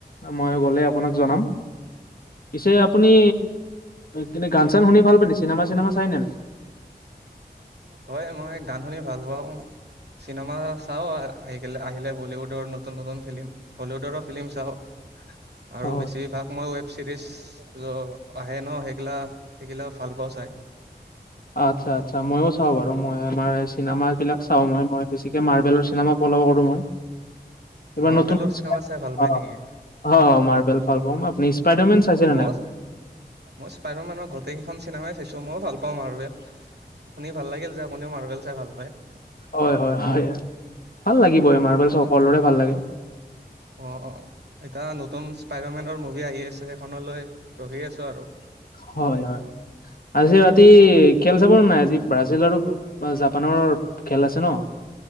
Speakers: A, on the left; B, on the right.
A: মই গ'লে আপোনাক জনাম। পিছে আপুনি কিনে গান চান শুনি ভাল পায়নে চিনেমা চিনেমা চাইনে নাই।
B: হয় মই গান শুনি ভাল পাওঁ। চিনেমা চাও আহি আহিলে বলীউডৰ নতুন- নতুন ফিল্ম হলিউডৰো ফিল্ম চাও। আৰু
A: হয়।
B: বেছিভাগ মই ৱেব চিৰিজ য আহে ন সেইগিলা-সেইগিলা ভাল পাওঁ চাই।
A: আচ্ছা-আচ্ছা মইও চাওঁ বাৰু মই আমাৰ এই চিনেমা গিলাক চাওঁ মই- মই গতিকে মাৰ্বেলৰ চিনেমা ফল' কৰোঁ মই। এইবাৰ
B: মাৰ্বেলৰ
A: নতুন
B: চিনেমা চাই ভাল পাই
A: অ
B: নেকি।
A: অ' মাৰ্বেল ভাল পাও, আপুনি স্পাইডাৰমেন চাইছেনে
B: মই
A: নাই।
B: মই স্পাইদাৰ মেনৰ গোটেইকেইখন চিনেমাই চাইছো মইও ভাল পাওঁ মাৰ্বেল শুনি ভাল লাগিল যে আপুনিও মাৰ্বেল চাই ভাল পায়।
A: হয় হয়-হয় ভাল লাগিব এই মাৰ্বেল চ' সকলোৰে ভাল লাগে।
B: অ'-অ' এতিয়া নতুন স্পাইদাৰমেনৰ মুভি আহি আছে। সেইখনলৈ ৰখি আছো আৰু।
A: হয়- হয়। আজি ৰাতি খেল চাব নাই আজি ব্ৰাজিল আৰু জাপানৰ খেল আছে ন।